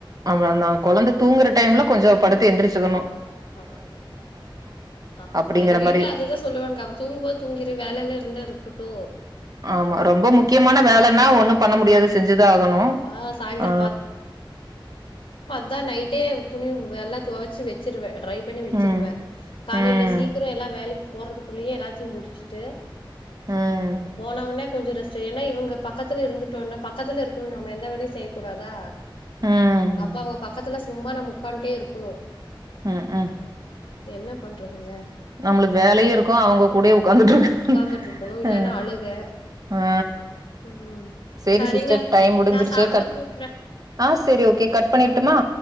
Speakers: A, on the right (about 45°); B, on the left (about 80°).
A: அவ அந்தா கொழந்த தூங்குற டைம்ல கொஞ்சோ படுத்து எந்துருச்சுக்கன்ணு
B: அங்கா ஆமா
A: அப்படிங்கிற
B: எங்க வீட்ல
A: மாரி.
B: அதுதா சொல்லுவாங்க அவ தூங்குபோத் தூங்கிரு வேலைல இருந்தா இர்க்குட்டு
A: ஆமா ரொம்ப முக்கியமான வேலன்னா ஒன்னு பண்ண முடியாது செஞ்சுதா ஆகணு
B: ஆ சாயந்தரோ
A: ஆ
B: தா நைட்டே துணிவ் எல்லா துவச்சு வெச் சுருவெ ட்ரை பண்ணி வெச்சிருவ
A: ம்.
B: காலைல
A: ம்.
B: சீக்குர எல்லா வேலக்கி போறதுக்குள்ளியே எல்லாத்யு முடிச்சுட்டு
A: ம்.
B: போனவன்னே கொஞ்ச ரெஸ்ட்டு ஏன்னா இவங்க பக்கத்துல இருந்துட்டோன்ன பக்கத்துல இருக்குணு நம்ம எந்த வேல்யு செய் கூடாதா
A: ம்
B: அப்ப அவுங்க பக்கத்துல சும்மா நம்ம உக்கான்ட்டே இருக்கணு
A: ம் ம்
B: என்ன பண்றதுங்க
A: நம்மளுக்கு வேலையு இருக்கு அவங்க கூடயு உக்காந்துட்ருக்
B: உக்காந்துட்டு இருக்கணு இல்லன்னா
A: அ
B: அழுக
A: ஆ
B: ம்
A: சேரி
B: சரிங்க
A: சிஸ்டர் டைம் முடிஞ்சுடுச்சு
B: நா சாப்ட்டு
A: கட்
B: கூப்புட்றே
A: ஆ செரி ஓகே கட் பண்ணிர்ட்டுமா